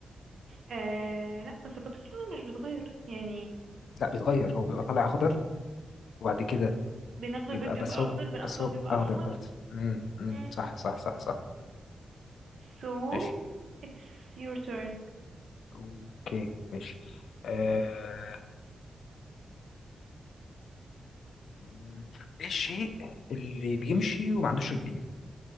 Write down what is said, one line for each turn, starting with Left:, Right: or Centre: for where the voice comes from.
Right: آه لا بس البطيخ لونه مش بيتغير يعني
Left: لا بيتغير هو بيبقى طالع اخضر وبعد كده
Right: بناخده
Left: بيبقى
Right: البيض بيبقى
Left: بس هو
Right: اخضر بنقطعه
Left: بس هو
Right: بيبقى
Left: اخضر
Right: احمر
Left: برضه امم امم
Right: مم.
Left: صح صح صح صح
Right: so
Left: ماشي
Right: it's your turn
Left: اوكي ماشي آه مم. ايه الشيء اللي بيمشي وما عندوش رجلين